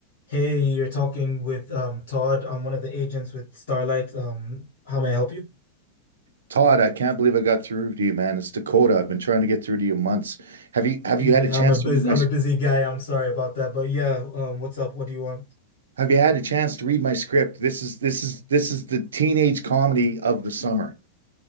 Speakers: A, on the left; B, on the right.
A: Hey, you're talking with um Todd. I'm one of the agents with Starlight. Um, how may I help you?
B: Todd, I can't believe I got through to you, man. It's Dakota. I've been trying to get through to you months. Have you have
A: Yeah,
B: you had a chance
A: I'm a bus
B: to read my
A: I'm a busy guy. I'm sorry about that, but yeah, um, what's up? What do you want?
B: have you had a chance to read my script? This is this is this is the teenage comedy of the summer.